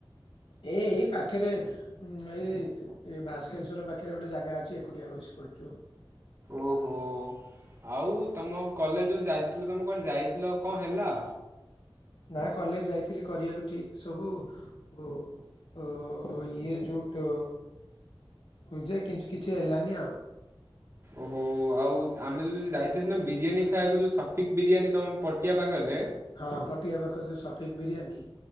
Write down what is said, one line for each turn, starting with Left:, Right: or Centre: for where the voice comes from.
Left: ଏ ଏଇ ପାଖରେ ହୁଁ ଭାଇଏ ଭାସ୍କରେସୁର ପାଖରେ ଗୋଟେ ଜାଗା ଅଛି ଏକୁଟିଆ ବସି ପଡୁଛୁ।
Right: ଓହୋ ଆଉ ତମ କଲେଜ ଯାଇଥିଲ ତମେ କୁଆଡେ ଯାଇଥିଲ କଣ ହେଲା?
Left: ନା କଲେଜ ଯାଇଥିଲି କରିବାକୁ ଠିକ ସବୁ ଓ ଇଏ ଯଉଟ ହିଁ ଯେ କିନ୍ତୁ କିଛି ହେଲାନି ଆଉ।
Right: ଓହୋ। ଆଉ ଆମେ ଯାଦି ଯାଇଥିଲ ସିନା ବିରିୟାନୀ ଖାଇବାକୁ ଯଉଁ ସଫିକ୍ ବିରିୟାନୀ ତମ ପଟିଆ ପାଖରେ
Left: ହଁ ପଟିିବା ପାଖରେ ଯୋଉ ସଫିକ୍ ବିରିୟାନୀ।